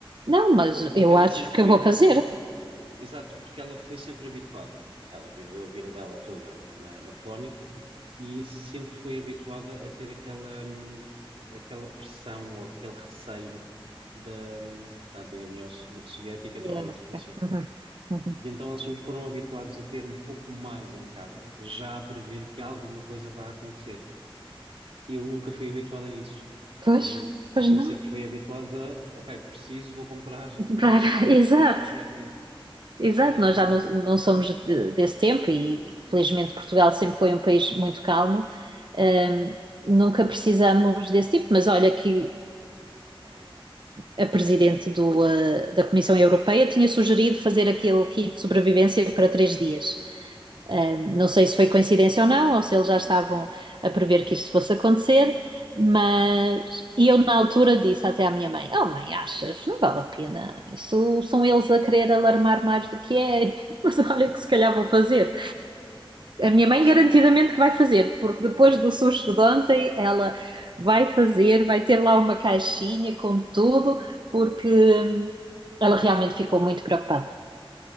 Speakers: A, on the right; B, on the right.
A: Não, mas
B: Por- Porque
A: eu
B: ela
A: acho
B: sempre
A: que
B: foi
A: eu vou
B: habituada,
A: fazer.
B: exato, porque ela foi sempre habituada. Ela viveu a vida dela toda na, na Polónia e sempre foi habituada a ter aquela, hum, aquela pressão ou aquele receio da, hum, da antiga União Sovi- Soviética, atualmente
A: Yeah.
B: Rússia.
A: Uhum, uhum.
B: E então eles sempre foram habituados a ter um pouco mais em casa, já a prever que alguma coisa vá acontecer. eu nunca fui habituado a isso.
A: Pois,
B: Eu,
A: pois
B: eu
A: não.
B: sempre fui habituado a, ok, preciso, vou comprar
A: <laughs>
B: <laughs> e tenho em casa
A: Exato,
B: para o dia a dia.
A: exato.
B: Ahm,
A: Nós já não, não somos de- desse tempo e, felizmente, Portugal sempre foi um país muito calmo. Ahm,
B: Exato.
A: nunca precisamos desse tipo, mas olha que a presidente do, ah, da Comissão Europeia tinha sugerido fazer aquele kit de sobrevivência para três dias. Não sei se foi coincidência ou não, ou se eles já estavam a prever que isto fosse acontecer, mas e eu na altura disse até à minha mãe: Oh, mãe, achas? Não vale a pena. Isso são eles a querer alarmar mais do que é. <laughs> Mas olha que se calhar vou fazer. A minha mãe
B: sim,
A: garantidamente que vai fazer, porque depois do susto de ontem, ela vai fazer, vai ter lá uma caixinha com tudo, porque hum, ela realmente ficou muito preocupada.